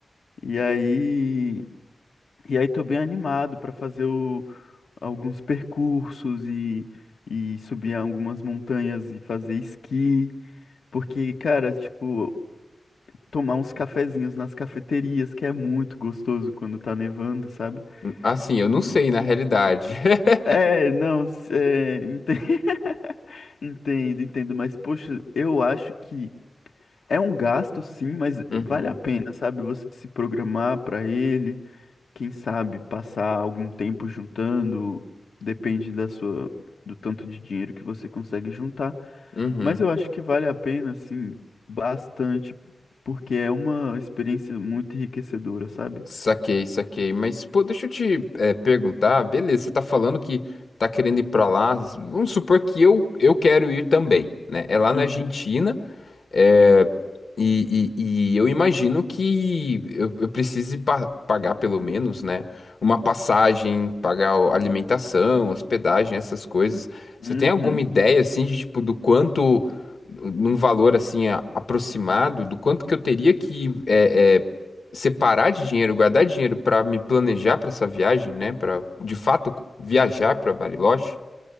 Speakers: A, on the left (about 80°); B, on the left (about 65°).
A: E aí, e aí tô bem animado pra fazer o alguns percursos e, e subir algumas montanhas e fazer esqui, porque, cara, tipo, tomar uns cafezinhos nas cafeterias, que é muito gostoso quando tá nevando, sabe?
B: Assim, eu não
A: E-
B: sei, na realidade. <laughs>
A: É, não, s- é, ente- <laughs> entendo, entendo, mas, poxa, eu acho que é um gasto, sim, mas
B: Uhum,
A: vale a pena, sabe? Você se programar pra ele. quem sabe, passar algum tempo juntando, depende da sua, do tanto de dinheiro que você consegue juntar.
B: uhum.
A: Mas eu acho que vale a pena, assim, bastante, porque é uma experiência muito enriquecedora, sabe?
B: Saquei, saquei. Mas, pô, deixa eu te é, perguntar. Beleza, você tá falando que tá querendo ir pra lá. Vamos supor que eu, eu quero ir também, né? É lá na
A: Uhum.
B: Argentina. É, e, e- e eu imagino que eu, eu precise pa- pagar pelo menos, né, uma passagem, pagar o- alimentação, hospedagem, essas coisas.
A: Uhum.
B: Você tem alguma ideia, assim, de, tipo, do quanto, num valor, assim, a- aproximado, do quanto que eu teria que é, é, separar de dinheiro, guardar dinheiro para me planejar para essa viagem, né, para, de fato, viajar para Bariloche?